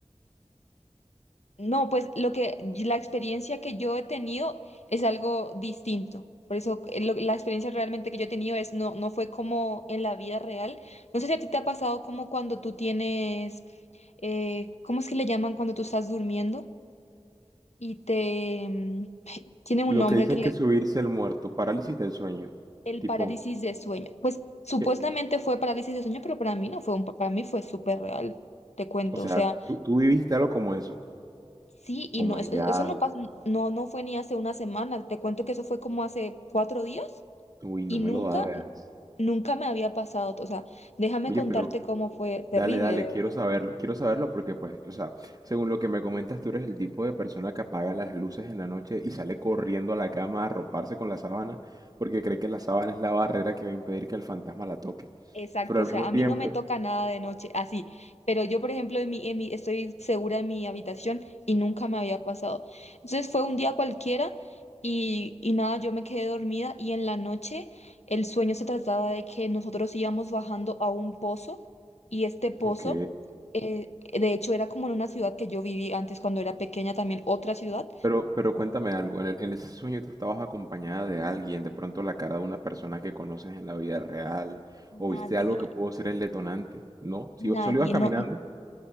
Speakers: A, on the left (about 75°); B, on the right (about 35°).
A: No, pues lo que la experiencia que yo he tenido es algo distinto. Por eso eh, lo- la experiencia realmente que yo he tenido es no, no fue como en la vida real. No sé si a ti te ha pasado como cuando tú tienes, eh, ¿cómo es que le llaman cuando tú estás durmiendo? Y te mm, <laughs> tiene un
B: Lo
A: nombre
B: que dicen
A: que le,
B: que subirse el muerto, parálisis del sueño.
A: el
B: Tipo,
A: parálisis de sueño. Pues supuestamente
B: que
A: fue parálisis de sueño, pero para mí no fue un, para mí fue súper real, te cuento.
B: O sea,
A: O sea.
B: tú, tú viviste algo como eso.
A: Sí, y
B: Oh
A: no,
B: my
A: eso,
B: God.
A: eso no pas- no, no fue ni hace una semana. Te cuento que eso fue como hace cuatro días
B: Uy, no
A: y nunca,
B: me lo hagas.
A: nunca me había pasado. O sea, déjame
B: Oye,
A: contarte
B: pero
A: cómo fue terrible.
B: dale, dale,
A: de
B: quiero saberlo. Quiero saberlo porque, pues, o sea, según lo que me comentas, tú eres el tipo de persona que apaga las luces en la noche y sale corriendo a la cama a arroparse con la sábana porque cree que la sábana es la barrera que va a impedir que el fantasma la toque.
A: Exacto,
B: Pero al
A: o sea,
B: mismo
A: a
B: tiempo,
A: mí no me toca nada de noche, así, pero yo, por ejemplo, en mi, en mi, estoy segura en mi habitación y nunca me había pasado. Entonces fue un día cualquiera y, y nada, yo me quedé dormida y en la noche el sueño se trataba de que nosotros íbamos bajando a un pozo y este pozo,
B: ok,
A: eh, de hecho, era como en una ciudad que yo viví antes cuando era pequeña, también otra ciudad.
B: Pero, pero cuéntame algo, en el- en ese sueño tú estabas acompañada de alguien, de pronto la cara de una persona que conoces en la vida real, o
A: Nadie,
B: viste algo que pudo ser el detonante, ¿no? Si
A: nadie,
B: solo ibas caminando,
A: no.